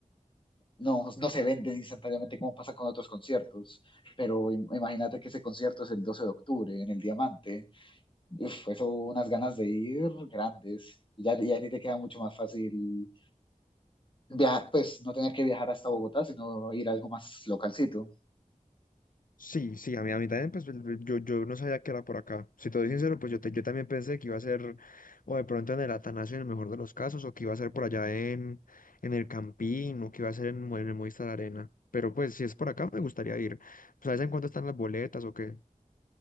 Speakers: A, on the left (about 35°); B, on the left (about 80°).
A: no, no se venden instantáneamente como pasa con otros conciertos. Pero im- imagínate que ese concierto es el 12 de octubre en el Diamante. Uf, eso, unas ganas de ir grandes. Y ya, y a ti te queda mucho más fácil viajar, pues no tener que viajar hasta Bogotá, sino ir a algo más localcito.
B: Sí, sí, a mí, a mí también, pues, yo, yo no sabía que era por acá. Si te doy sincero, pues yo, te- yo también pensé que iba a ser, o de pronto en el Atanasio en el mejor de los casos, o que iba a ser por allá en, en el Campín, o que iba a ser en, Mo- en el Movistar Arena. Pero pues, si es por acá, me gustaría ir. ¿Sabes en cuánto están las boletas o qué?